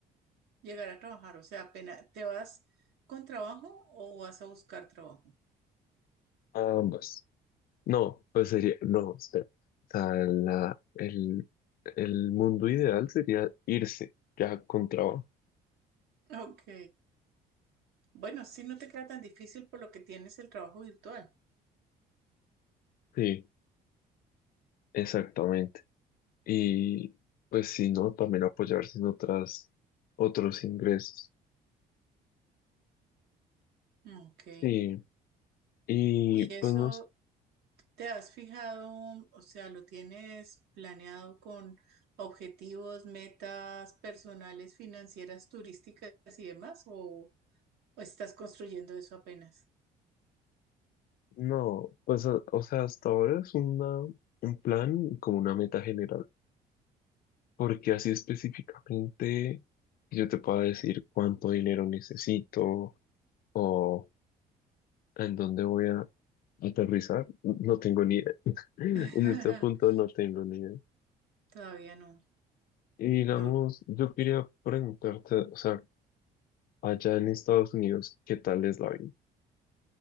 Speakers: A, on the right (about 70°); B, on the left (about 60°).
A: Llegar a trabajar, o sea, apenas te vas con trabajo o vas a buscar trabajo.
B: Ambas. No, pues sería, no, espera. O sea, la- el, el mundo ideal sería irse ya con trabajo.
A: Ok. Bueno, sí, no te queda tan difícil por lo que tienes el trabajo virtual.
B: Sí, exactamente. Y pues si no, también apoyarse en otras, otros ingresos.
A: Ok.
B: Sí, y
A: ¿Y
B: pues
A: eso
B: no, s-
A: te has fijado, o sea, lo tienes planeado con objetivos, metas personales, financieras, turísticas y demás? ¿O, o estás construyendo eso apenas?
B: no, pues a- o sea, hasta ahora es una, un plan como una meta general Porque así específicamente yo te puedo decir cuánto dinero necesito o en dónde voy a aterrizar, no tengo ni idea. <laughs>
A: <laughs>
B: En este punto no tengo ni idea.
A: Todavía no.
B: Y digamos,
A: no.
B: yo quería preguntarte, o sea, allá en Estados Unidos, ¿qué tal es la vida?